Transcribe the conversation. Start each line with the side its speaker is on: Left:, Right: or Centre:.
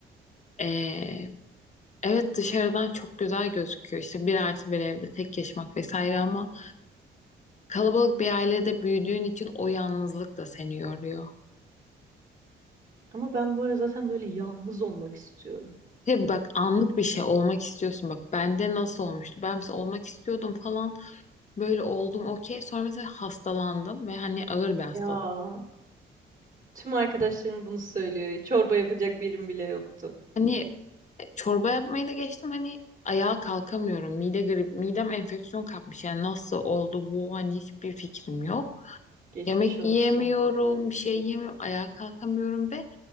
Left: Ee, evet dışarıdan çok güzel gözüküyor. İşte bir artı bir evde tek yaşamak vesaire ama kalabalık bir ailede büyüdüğün için o yalnızlık da seni yoruyor.
Right: Ama ben bu ara zaten böyle yalnız olmak istiyorum.
Left: Bir de bak anlık bir şey olmak istiyorsun. Bak bende nasıl olmuştu? Ben mesela olmak istiyordum falan. Böyle oldum okey. Sonra mesela hastalandım ve hani ağır bir hastalık.
Right: Ya Tüm arkadaşlarım bunu söylüyor. Çorba yapacak birim bile yoktu.
Left: Hani Çorba yapmayı da geçtim hani ayağa kalkamıyorum. Mide grip, midem enfeksiyon kapmış. Yani nasıl oldu bu? Hani hiçbir fikrim yok.
Right: Geçmiş
Left: Yemek
Right: olsun.
Left: yiyemiyorum, bir şey yiyemiyorum, ayağa kalkamıyorum ve